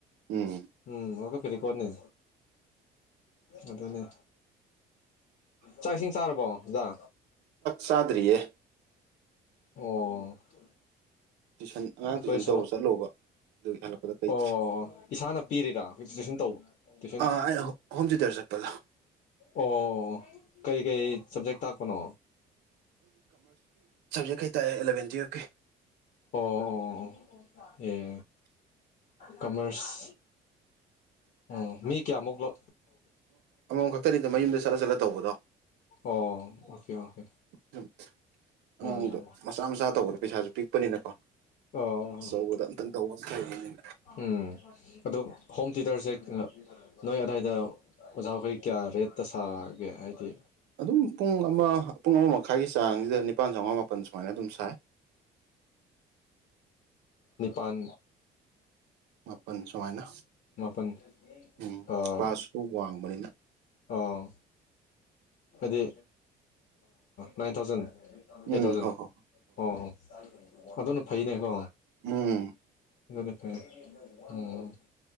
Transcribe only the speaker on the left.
ꯎꯝ ꯑꯣ ꯐꯔꯤ ꯀꯣꯅꯤ ꯑꯗꯨꯗꯅꯦ ꯆꯥꯛ ꯏꯁꯤꯡ ꯆꯥꯔꯕꯣꯗꯖ
ꯑꯣ
ꯑꯩꯈꯣꯏꯁꯨ
ꯑꯣ ꯏꯁꯥꯅ ꯄꯤꯔꯤꯔꯥ ꯍꯧ ꯖꯤꯣꯏ ꯇꯨꯏꯁꯟ ꯇꯧꯕ ꯇꯨꯏꯁꯟ
ꯑꯣ ꯀꯔꯤ ꯀꯩ ꯁꯕꯖꯦꯛ ꯇꯥꯛꯄꯅꯣ
ꯑꯣ ꯑꯣ ꯑꯦ ꯀꯃꯔꯁ ꯎꯝ ꯃꯤ ꯀꯌꯥ ꯃꯛꯂꯣ
ꯑꯣ ꯑꯣꯀꯦ ꯑꯣꯀꯦ
ꯑꯣ
ꯑꯣ
ꯎꯝ ꯑꯗꯨ ꯍꯣꯝ ꯊꯤꯇꯔꯁꯦ ꯅꯣꯏ ꯑꯗꯨꯗꯥꯋꯥꯏꯗ ꯑꯣꯖꯥꯈꯩ ꯀꯌꯥ ꯔꯦꯠꯇ ꯁꯥꯒꯦ ꯍꯥꯏꯗꯤ
ꯅꯤꯄꯜ
ꯃꯥꯄꯜ
ꯑꯥ
ꯑꯥ ꯍꯥꯏꯗꯤ ꯅꯥꯏꯟ ꯊꯥꯎꯖꯟ
ꯑꯩꯠ ꯊꯥꯎꯖꯟ
ꯑꯣ ꯍꯣꯏ ꯑꯗꯨꯅ ꯐꯩꯅꯦꯀꯣ
ꯑꯗꯨꯅ ꯐꯩ ꯎꯝ